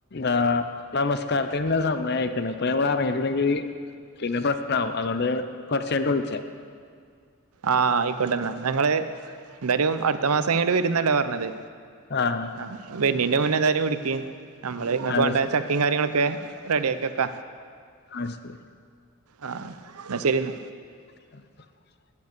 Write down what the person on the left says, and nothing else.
ആഹ് നമസ്കാരത്തിന്ല്ലെ സമയയ്ക്ക്ണ് ഇപ്പൊ ഞമ്മളെറങ്ങീട്ട്ല്ലെങ്കില് പിന്നെ പ്രെസ്നാവും. അതോണ്ട് കൊറച്ചെയ്ഞ്ഞ്ട്ട് വ്ൾചെ
ആഹ്
അത്
ശരി
ആഹ് ശരി
<inaudible>